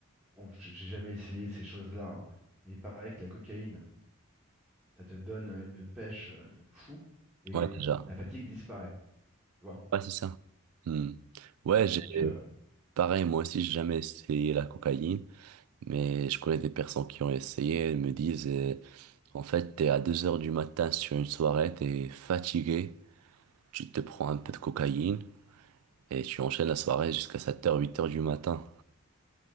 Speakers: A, in the centre; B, on the right.
A: Bon, j- j'ai jamais essayé ces choses-là, hein, mais il paraît que la cocaïne, ça te donne une pêche euh, de fou et
B: Ouais, déjà.
A: la fatigue disparaît, tu vois.
B: Ouais, c'est ça. Hmm. Ouais,
A: Donc,
B: j'ai
A: euh,
B: pareil, moi aussi, j'ai jamais essayé la cocaïne, mais je connais des personnes qui ont essayé, elles me disent, euh, en fait, t'es à 2 heures du matin sur une soirée, t'es fatigué, tu te prends un peu de cocaïne et tu enchaînes la soirée jusqu'à sept heures huit heures du matin.